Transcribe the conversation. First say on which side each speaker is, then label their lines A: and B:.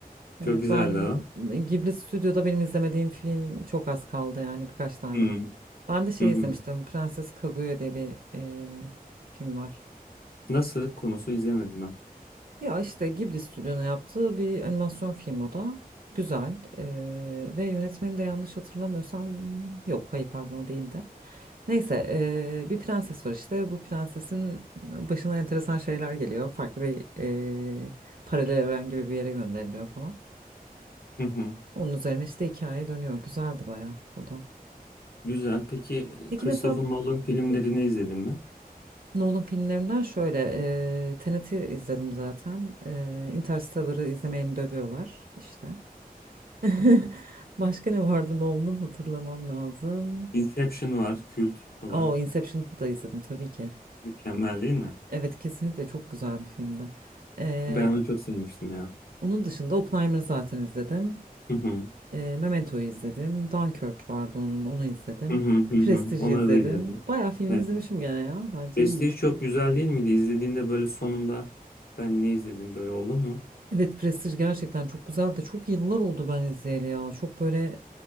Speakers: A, on the right (about 65°); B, on the left (about 75°).
A: Evet
B: Çok güzeldi
A: ben
B: o.
A: Ghibli Stüdyo'da benim izlemediğim film çok az kaldı yani birkaç tane.
B: Hmm,
A: Ben de şey
B: Hı hı.
A: izlemiştim. Prenses Kaguya diye bir e, film var.
B: Nasıl? Konusu izlemedim ben.
A: Ya işte Ghibli stüdyonun yaptığı bir animasyon film o da. Güzel. Ee, ve yönetmeni de yanlış hatırlamıyorsam yok hayır pardon o değildi. Neyse ee, bir prenses var işte. Bu prensesin başına enteresan şeyler geliyor. Farklı bir ee, paralel evren gibi bir yere gönderiliyor falan.
B: Hı hı.
A: Onun üzerine işte hikaye dönüyor. Güzeldi bayağı o da.
B: Güzel. Peki
A: Peki
B: Christopher
A: mesela
B: Nolan filmlerini
A: <laughs>
B: izledin mi?
A: Nolan filmlerinden şöyle eee Tenet'i izledim zaten. Eee Interstellar'ı izlemeyeni dövüyorlar işte. <laughs> Başka ne vardı Nolan'ın hatırlamam lazım.
B: Inception var. Kült. O
A: Oo,
B: da
A: Inception'ı da izledim tabii ki.
B: mükemmel değil mi?
A: Evet kesinlikle çok güzel bir filmdi. Ee,
B: Ben onu çok sevmiştim ya.
A: onun dışında Oppenheimer'ı zaten izledim.
B: Hı hı.
A: Ee, Memento'yu izledim. Dunkirk vardı onun onu izledim.
B: Hı hı hı hı.
A: Prestige'i
B: Onları
A: izledim.
B: da izledim.
A: Bayağı filmini
B: Evet.
A: izlemişim gene ya. Bence
B: Prestige
A: iyiyim.
B: çok güzel değil miydi? İzlediğinde böyle sonunda ben ne izledim böyle oldu mu?
A: Evet Prestige gerçekten çok güzeldi. Çok yıllar oldu ben izleyeli ya. Çok böyle